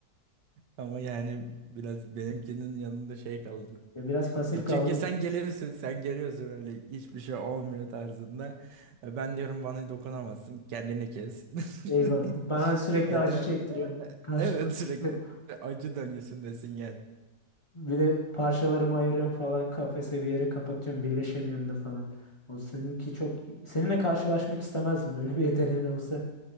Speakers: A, on the right (about 80°); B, on the left (about 20°).
A: Ama yani biraz benimkinin yanında şey kaldı.
B: Ya biraz pasif
A: E
B: kaldım.
A: çünkü sen geliyorsun, sen geliyorsun öyle hiçbir şey olmuyor tarzında. E Ben diyorum bana dokunamazsın, kendini kes. <laughs>
B: Eyvah. Bana sürekli
A: O
B: acı
A: da
B: çektiriyorsun.
A: e,
B: Karşında.
A: evet sürekli
B: <laughs>
A: acı döngüsündesin yani.
B: Bir de parçalarımı ayırıyorum falan kafese bir yere kapatıyorum birleşemiyorsun da falan. O seninki çok seninle karşılaşmak istemezdim <laughs> öyle bir yeteneğin olsa.